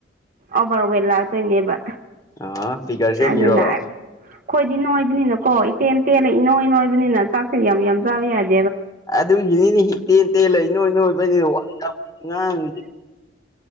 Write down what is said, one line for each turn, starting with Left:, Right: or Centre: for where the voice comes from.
Right: ꯑꯣꯚꯔꯋꯦꯠ ꯂꯥꯛꯇꯣꯏꯅꯦꯕ
Left: ꯑ ꯐꯤꯒꯔꯁꯦꯃꯤꯔꯣꯑꯣ
Right: ꯑꯗꯨꯅ ꯑꯩꯈꯣꯏꯗꯤ ꯅꯣꯏꯕꯅꯤꯅꯀꯣ ꯏꯇꯦꯟ ꯇꯦꯜꯂ ꯏ ꯅꯣꯏ ꯅꯣꯏꯕꯅꯤꯅ ꯆꯥꯛꯁꯦꯗꯤ ꯌꯥꯝ ꯌꯥꯝ ꯆꯥꯕ ꯌꯥꯗꯦ
Left: ꯑꯗꯨꯒꯤꯅꯤꯅꯦ ꯍꯤ ꯇꯦꯟ ꯇꯦꯟ ꯂꯩ ꯅꯣꯏ ꯅꯣꯏꯕꯅꯤ ꯉꯥꯡ